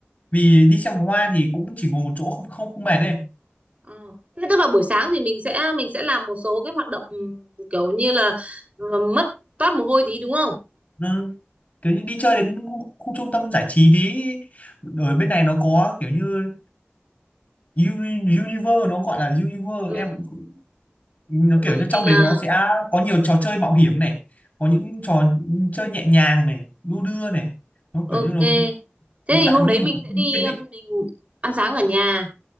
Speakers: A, on the left; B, on the right.
A: vì đi xem pháo hoa thì cũng chỉ ngồi một chỗ không không không mệt đấy
B: Ờ. Thế tức là buổi sáng thì mình sẽ mình sẽ làm một số cái hoạt động kiểu như là ờ, mất toát mồ hôi tí đúng không?
A: Ừ, kiểu như đi chơi đến khu, khu trung tâm giải trí tí ở bên này nó có kiểu như uni- Univer nó gọi là Univer
B: Ừ,
A: em cũng không- nó
B: ừ
A: kiểu như trong
B: thì là
A: đấy nó sẽ có nhiều trò chơi mạo hiểm này có những trò chơi nhẹ nhàng này đu đưa này nó
B: ok.
A: kiểu như nó
B: Thế
A: nó
B: thì
A: tạo
B: hôm
A: như
B: đấy
A: một
B: mình
A: cái
B: sẽ
A: công
B: đi
A: viên
B: um,
A: ấy
B: mình ăn sáng ở nhà.